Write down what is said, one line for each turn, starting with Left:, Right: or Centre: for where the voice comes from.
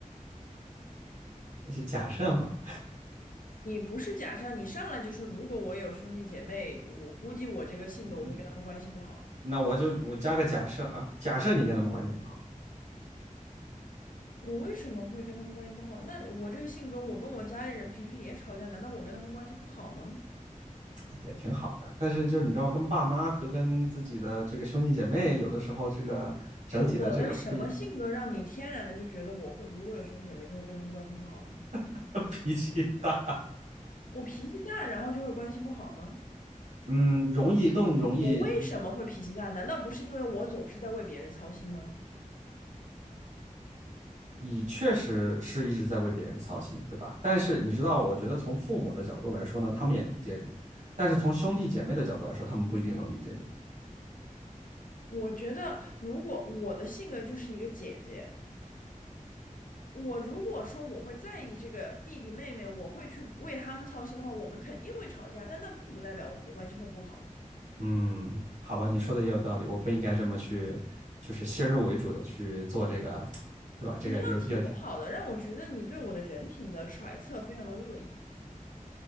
Right: 是假设嘛，
Left: 你不是假设，你上来就说如果我有兄弟姐妹，我估计我这个性格我会跟他们关系不好。
Right: 嗯，嗯那我就我加个假设啊，假设你跟他们关系不好
Left: 我为什么会跟他们关系不好？那我这个性格，我跟我家里人平时也吵架，难道我跟他们关系不好吗？
Right: 哎也挺好的，但是就你知道，跟爸妈和跟自己的这个兄弟姐妹，有的时候这个整体的这个不
Left: 是我的什么性格让你天然的就觉得我会，如果有兄弟姐妹就会跟他们关系不好呢？
Right: <laughs> 脾气大。
Left: 我脾气大，然后就会关系不好吗？
Right: 嗯，容易更容易，
Left: 我为什么会脾气大？
Right: 你
Left: 难道不是因为我总是在为别人操心吗？
Right: 你确实是一直在为别人操心，对吧？但是你知道，我觉得从父母的角度来说呢，他们也理解你，但是从兄弟姐妹的角度来说，他们不一定能理解你。
Left: 我觉得，如果我的性格就是一个姐姐，我如果说我会在意这个弟弟妹妹，我会去为他们操心的话，我们肯定会吵架，但那并不代表我们的关系会不好。
Right: 嗯，好吧，你说的也有道理，我不应该这么去，就是先入为主的去做这个，对吧？这个有有，
Left: 你这样挺不好的，让我觉得你对我的人品的揣测非常的恶意。